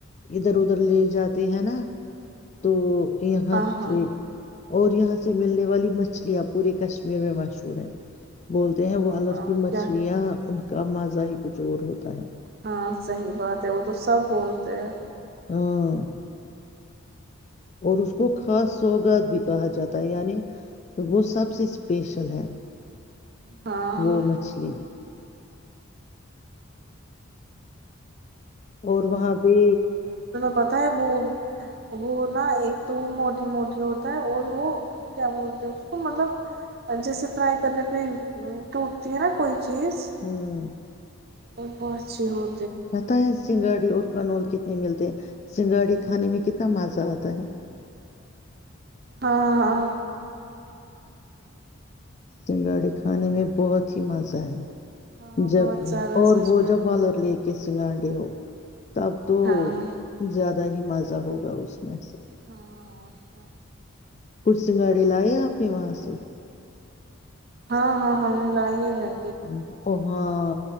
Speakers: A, on the left (about 30°); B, on the right (about 45°).
A: ادھر ادھر لے جاتے ہیں نا تو یہاں
B: ہاں ہاں
A: سے اور یہاں سے ملنے والی مچھلیاں پورے کشمیر میں مشہور چے بول ہیں
B: ہاں
A: وہ الگ
B: اور
A: کی مچھلیاں
B: کیا
A: ان کا مزا ہی کچھ اور ہوتا ہے
B: ہاں صحیح بات ہے وہ تو سب بولتے ہیں
A: ہاں اور اس کو خاص سوگات بھی کہا جاتا ہے یعنی وہ سب سے اسپیشل ہے
B: ہاں
A: وہ مچھلی اور وہاں پہ
B: پتا ہے وہ وہ نا ایک تو موٹی موٹی ہوتا ہے اور وہ کیا بولتے ہیں اس کو مطلب جیسے فرائی کرنے پہ ٹوٹتی ہے نا کوئی چیز
A: ہوں
B: اور بس ہو
A: پتہ ہے سنگاڑی اور کنول کتنے ملتے ہیں سنگھڑی کھانے میں کتنا مزہ آتا ہے
B: ہاں ہاں
A: سنگاڑی کھانے میں بہت ہی مزہ ہے
B: ہاں
A: جب
B: بہت زیادہ
A: اور
B: سچ
A: وہ
B: میں
A: جب بال اور ل کے کسگاں ڈ ہو تب تو
B: ہاں
A: زیادہ ہی مزہ ہوگا اس میں سے
B: ہاں اور س
A: کچھ سنگھاڑے لائے آپ نے وہاں سے
B: ہاں ہاں ہم نے لائی ہے ج
A: اچھا ہاں